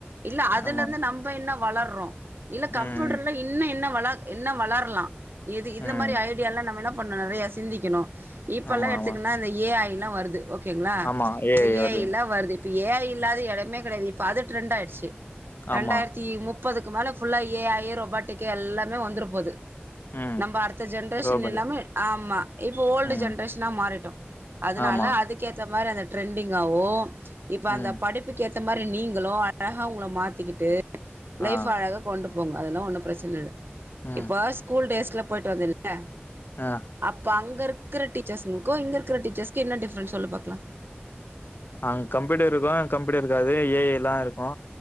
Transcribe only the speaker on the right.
இல்ல அதுல
இருந்து நம்ம என்ன வளர்றோ இல்ல கம்ப்யூட்டர்ல
இன்ன என்ன வள என்ன வளரலா இது இந்த
மாதிரி ஐடிய எல்லா நம்ம என்ன பண்ணு நிறைய சிந்திக்கணு இப்பல்லா
எடுத்துக்கா
இந்த ஏ ஐ எல்லா வருது ஓகேங்களா
இந்த
ஏ
எல்லா வருது ஏ ஐ இல்லாத இடமே கிடையாது இப்ப அது ரெண்டு ஆயிடுச்சு
ரெண்டாயிரத்தி முப் பதுக்கு மேல ஃபுல்லா ஏ ஐய ரொபாட்டக்கே எல்லாமே வந்துரு போது
நம்ப அடுத்த ஜென்ரேஷன்
எல்லாமே ஆமா இப் ஓல்டு
ஜென்ரேஷனா மாறிட்டோ அதனால
அதுக்கேத்த மாரி அந்த ட்ரெண்டிங்காவோ இப்ப
அந்த படிப்புக்கு ஏத்த மாரி நீங்களு அழகா உங்கள மாத்திக்கிட்டு
லைஃப் அழகா கொண்டுப் போங்க அதெல்லா ஒன்னும் பிரச்சன இல்ல
இப்ப ஸ்கூல் டேஸ்ல போயிட்டு <unintelligible>
அப்ப அங் இங்க இருக்கிற டீச்சர்ஸ்ங்களுக்கோ இங்க இருக்குற டீச்சர்ஸ்கோ என்ன டிஃப்ரன்ஸ் சொல்லு பாக்கலா